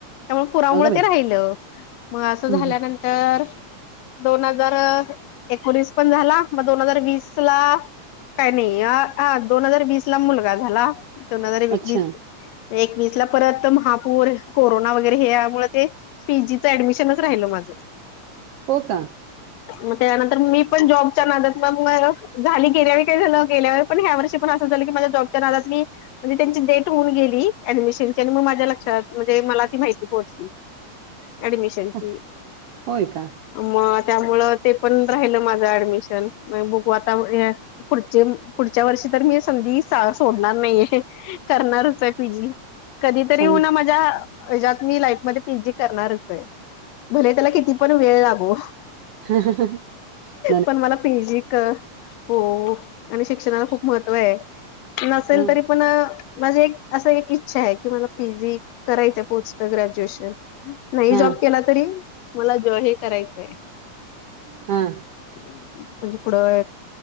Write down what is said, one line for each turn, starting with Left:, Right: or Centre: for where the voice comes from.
Left: त्यामुळे पुरामुळे
Right: अगं बाई
Left: ते राहिलं मग असं
Right: हम्म
Left: झाल्यानंतर तर दोन हजार एकोणीस पण झाला मग दोन हजार वीस ला काही नाही दोन हजार वीस ला मुलगा झाला दोन हजार
Right: अच्छा
Left: वीस एकवीस ला परत महापौर कोरोना वगैरे हे यामुळे ते पीजीचं ऍडमिशनच राहिलं माझं
Right: हो का
Left: मग त्यानंतर मी पण जॉबच्या नादात मग मग झाली गेल्यावर काही झालं गेल्यावर पण ह्या वर्षी पण असं झालं की माझ्या जॉबच्या नादात मी म्हणजे त्यांची डेट होऊन गेली ऍडमिशनची आणि मग माझ्या लक्षात म्हणजे मला ती माहिती पोहोचली
Right: <unintelligible>
Left: ऍडमिशनची
Right: हो होय का
Left: मग त्यामुळ ते पण राहिलं माझ ऍडमिशन म बुकवाता पुढचे पुढच्या वर्षी तर मी सधी सोडणार नाहीये करणारच आहे पी जी कधीतरी
Right: चांगलं
Left: होऊ ना माझ्या हच्यात मी लाईफ मध्ये पी जी करणारच आहे म्हले त्याला किती पण वेळ लागू
Right: हा
Left: पण मला पेजी क हो आणि शिक्षणाला खूप महत्व आहे नसेल
Right: हा
Left: तरी पण माझी एक असं एक इच्छा आहे की मला पी जी करायचं पोच र ग्रॅज्युएशन नाही
Right: हा
Left: जॉब केला तरी मला जॉ हे करायचंय
Right: हम
Left: म्हणजे पुढं